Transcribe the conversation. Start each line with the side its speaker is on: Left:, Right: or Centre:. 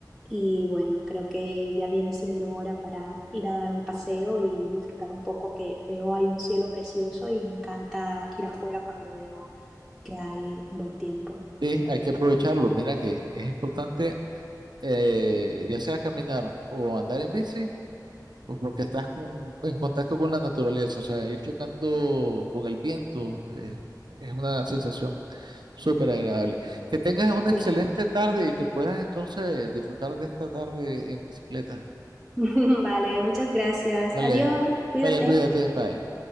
Centre: y bueno, creo que ya viene siendo hora para ir a dar un paseo y disfrutar un poco que veo hay un cielo precioso y me encanta ir afuera cuando veo que hay un buen tiempo.
Right: Sí, hay que aprovecharlo. Mira que es importante, eh, ya sea caminar o andar en bici, o porque estás con- en contacto con la naturaleza, o sea, ir chocando con el viento, eh, es una sensación súper agradable. Que tengas una
Centre: Sí.
Right: excelente tarde y que puedas entonces disfrutar de esta tarde en bicicleta.
Centre: <laughs> Vale, muchas gracias.
Right: Vale,
Centre: Adiós, cuídate.
Right: vale, cuídate, bye.